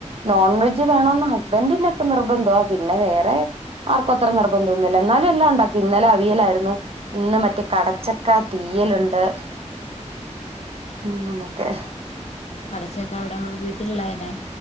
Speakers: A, on the right; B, on the left.
A: നോൺ വെജ് വീണോന്ന് ഹസ്ബന്ഡിനൊക്കെ നിർബന്ധമാ പിന്നെ വേറെ ആർക്കും അത്ര നിർബന്ധംന്നില്ല എന്നാലും എല്ലാം ഉണ്ടാക്കും ഇന്നലെ അവിയലായിരുന്നു ഇന്ന് മറ്റേ കടച്ചക്ക തീയലുണ്ട് ല്ലെ ക്കെ
B: കടച്ചക്കെ അവിടെ വീട്ടിലുള്ള എ